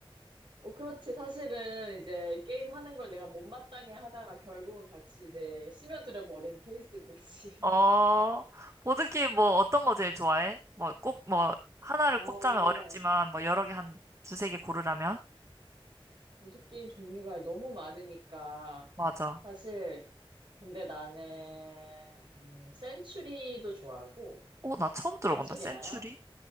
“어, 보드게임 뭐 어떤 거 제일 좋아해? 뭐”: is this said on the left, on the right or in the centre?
Right